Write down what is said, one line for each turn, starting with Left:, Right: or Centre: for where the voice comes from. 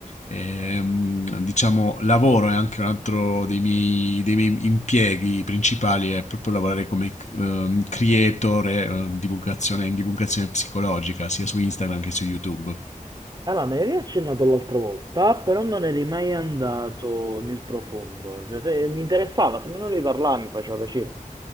Left: ehm, diciamo, lavoro e anche un altro dei miei, dei miei impieghi principali è proprio lavorare come ehm, creator e, ehm, divulgazione, in divulgazione psicologica, sia su Instagram che su YouTube.
Right: Allora, me ne avevi accennato l'altra volta, però non eri mai andato nel profondo. Cioè, se mi interessava, se me ne volevi parlare mi faceva piacere.